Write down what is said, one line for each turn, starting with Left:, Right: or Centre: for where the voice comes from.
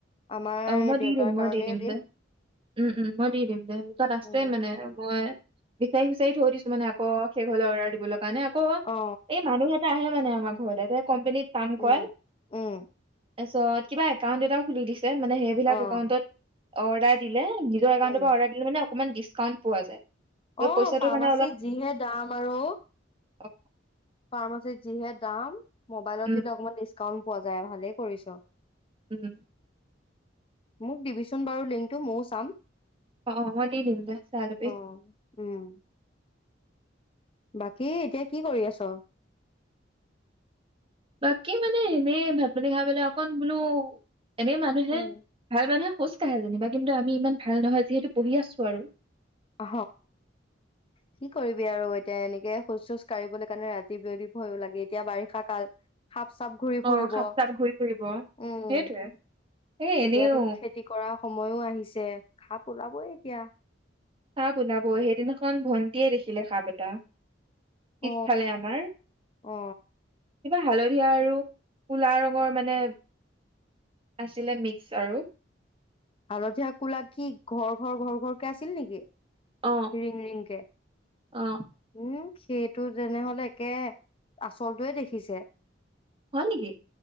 Left: আমাৰ
Right: অ
Left: এই
Right: মই
Left: দেউতাৰ
Right: দি দিম মই
Left: কাৰণেও
Right: দি দিম দে উম উম মই দি দিম দে তই আছে
Left: উম
Right: মানে মই বিচাৰি বিচাৰি থৈ দিছো মানে আক শেষ হলে অৰ্ডাৰ দিবলৈ কাৰণে ক
Left: অ
Right: এই মানুহ এটা আহে মানে আমাৰ ঘৰলে কোম্পানীত কাম
Left: উম
Right: কৰে।
Left: উম
Right: তাৰপিছত কিবা একাউণ্ট এটা খুলি দিছে। মানে সেইবিলাক
Left: অ
Right: একাউন্টত অৰ্ডাৰ দি নিজৰ একাউণ্টৰ
Left: উম
Right: পৰা অৰ্ডাৰ দিলে মানে অকমান ডিচকাউণ্ট পোৱা যায়।
Left: অ
Right: পইচাটো
Left: ফাৰ্মাচীত
Right: মানে
Left: যিহে দাম আৰু
Right: অহ
Left: ফাৰ্মাছিত যিহে দাম মোবাইলত
Right: উম
Left: দিলে অকণমান ডিছকাউণ্ট পোৱা যায় ভালেই কৰিছ।
Right: উম
Left: মোক দিবিচোন বাৰু লিংকটো ময়ো চাম।
Right: অ মই দি দিম দে চাই লবি।
Left: অ উম। বাকী এতিয়া কি কৰি আছ?
Right: বাকী মানে এনেই ভাত পানী খাই পেলাই অকণ বোলো এনেই মানুহে
Left: উম
Right: ভাল মানুহে খোজকাঢ়ে যেনিবা কিন্তু আমি ইমান ভাল নহয় যিহেতু বহি আছো আৰু।
Left: অ কি কৰিবি আৰু এতিয়া এনেকে শোজ চোজ কাঢ়িবলৈ কাৰণে ৰাতি বিয়লি ভয় লাগে এতিয়া বাৰিষা কাল সাপ চাপ ঘূৰি ফুৰিব
Right: অ সাপ
Left: উম
Right: চাপ ঘূৰি ফুৰিব সেইটোৱে এ এনেও
Left: এতিয়াতো খেতি কৰা সময়ো আহিছে সাপ ওলাবই এতিয়া।
Right: চাপ ওলাবই, সেইদিনাখন ভণ্টিয়ে দেখিলে সাপ এটা। পিছফালে
Left: অ
Right: আমাৰ।
Left: অ
Right: কিবা হালধীয়া আৰু কুলা ৰঙৰ মানে আছিলে মিক্স আৰু।
Left: হালধীয়া কোলা কি ঘৰ ঘৰ ঘৰ ঘৰকে আছিল নেকি?
Right: অ
Left: ৰিংৰিংকে
Right: অ
Left: উম। সেইটো তেনেহলে একে আচলটোৱে দেখিছে।
Right: হ'লনেকি?